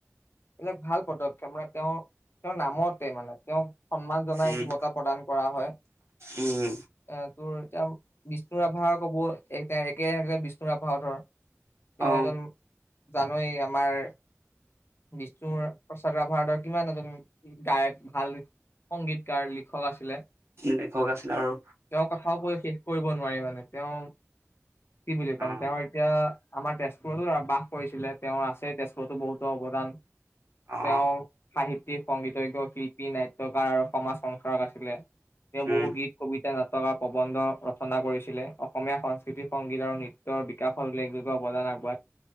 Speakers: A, on the left (about 50°); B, on the right (about 55°).
A: এইবিলাক ভাল পদক্ষেপ মানে তেওঁ। তেওঁৰ নামতে মানে তেওঁক সন্মান জনাই
B: উম
A: এটি বঁটা প্ৰদান কৰা হয়।
B: উম
A: এ তোৰ এতিয়া বিষ্ণু ৰাভা কব একে বিষ্ণু ৰাভা ধৰ। তেওঁ
B: অ
A: এজন। এই আমাৰ, বিষ্ণুৰ প্ৰসাদ ভাৰতৰ কিমান এজন গায়ক। ভাল সংগীতকাৰ লিখক আছিলে।
B: লেখক আছিল আৰু
A: তেওঁ কথাও কৈ শেষ কৰিব নোৱাৰি মানে তেওঁ কি বুলি কম
B: অ
A: তেওঁ এতিয়া। আমাৰ তেজপুৰতো বাস কৰিছিলে তেওঁৰ আছে তেজপুৰতো বহুতো অৱদান।
B: অ
A: তেওঁৰ সাহিত্যিক সংগীতজ্ঞ। শিল্পী নাইট্ৰ কাৰ আৰু সমাজ সংস্কাৰক আছিলে তেওঁ
B: উম
A: বহু গীত। গী নাটকাৰ প্ৰবন্ধ ৰচনা কৰিছিলে অসমীয়া সংস্কৃতি সংগীত আৰু নৃত্যৰ বিকাশত উল্লেখযোগ্য। অৱদান আগব।